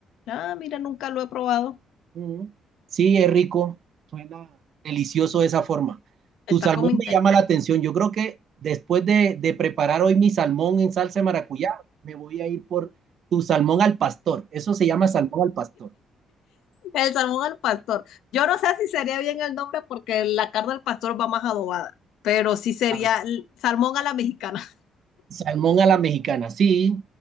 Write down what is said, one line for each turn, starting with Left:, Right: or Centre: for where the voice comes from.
Left: Ah, mira, nunca lo he probado.
Right: Mm. Sí, es rico, suena delicioso de esa forma. Tu
Left: Está
Right: salmón
Left: como interesante.
Right: me llama la atención. Yo creo que después de, de preparar hoy mi salmón en salsa de maracuyá, me voy a ir por tu salmón al pastor. Eso se llama salmón al pastor.
Left: El salmón al pastor. Yo no sé si sería bien el nombre porque la carne al pastor va más adobada, pero sí sería
Right: Ah,
Left: l- salmón a la mexicana. <laughs>
Right: Salmón a la mexicana, sí,